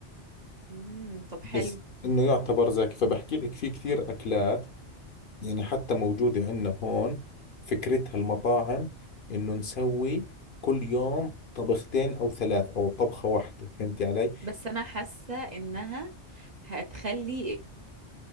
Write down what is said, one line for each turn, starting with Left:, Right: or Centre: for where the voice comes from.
Right: امم طب
Left: بس
Right: حلو
Left: إنه يعتبر زاكي فبحكي لك في كثير أكلات يعني حتى موجودة عندنا هون فكرتها المطاعم إنه نسوي كل يوم طبختين أو ثلاث أو طبخة واحدة فهمتي علي
Right: بس انا حاسة انها هتخلي